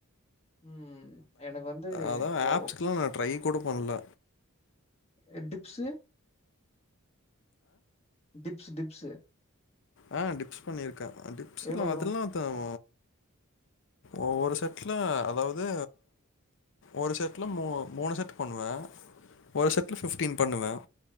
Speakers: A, on the left (about 30°); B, on the left (about 60°).
A: உம் எனக்கு வந்து
B: அதான்
A: இப்போ
B: ஆப்ஸ்க்குலாம் நான் ட்ரை கூட பண்ணல
A: எட்டுத் டிப்ஸு டிப் டிப்ஸு டிப்ஸு
B: ஆஹ் டிப்ஸ் பண்ணிருக்கேன் டிப்ஸ்ல்ல
A: எவ்ளோ வரு
B: அதெல்லாம் அதன் ஒ ஒரு செட்ல அதாவது ஒரு செட்ல மூ மூணு செட் பண்ணுவேன் ஒரு செட்ல ஃபிப்டீன் பண்ணுவேன்